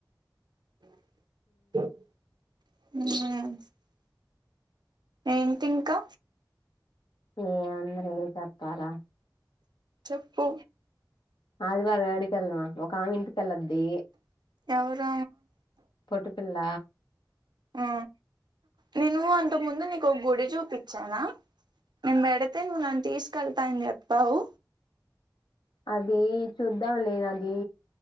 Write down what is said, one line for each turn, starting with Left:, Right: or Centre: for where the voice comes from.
Right: ఉ ఏంటి ఇంకా
Left: ఏముందిరే చెప్పాలా
Right: చెప్పు
Left: ఆదివారం యాడికి వెళ్దాం ఒక ఆమె ఇంటి తెలద్ది
Right: ఎవరు
Left: పొట్టి పిల్ల
Right: ఆ నేను అంతక ముందు నీకు ఒక గుడి చూపిచ్చానా నేను పెడితే నువ్వు నన్ను తీసుకెళ్తాని చెప్పావు
Left: అది చూద్దాం లేనది